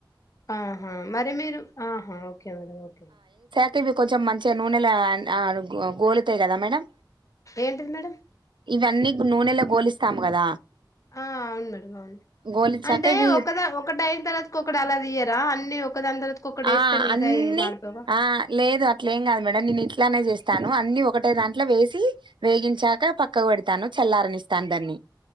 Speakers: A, on the left; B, on the right.
A: ఆహా మరి మీరు ఆహా ఓకే మేడం ఓకే ఓకే
B: తే ఇవి కొంచెం మంచిగా నూనెలో అ గో గోలుతాయి కదా మేడం.
A: ఏంటిది మేడం
B: ఇవన్నీ నూనెలో గోలిస్తామ్ కదా
A: ఆ అవును మేడం అవును
B: గోలిచ్చాక
A: అంటే
B: ఇవి
A: ఒకదా ఒకటి అయిన తర్వాత ఒకటి అలా తియ్యరా అన్ని ఒకదాని తర్వాతకి ఒకటి వేస్తే
B: ఆ
A: మిగతాయి
B: అన్నిీ
A: మాడిపోవా
B: ఆ లేదు అట్లేమ్ కాదు మేడం నేను ఇట్లా ఇట్లానే చేస్తాను అన్ని ఒకటే దాంట్లో వేసి వేగించాక పక్కకు పెడతాను చల్లారనిస్తాను దాన్ని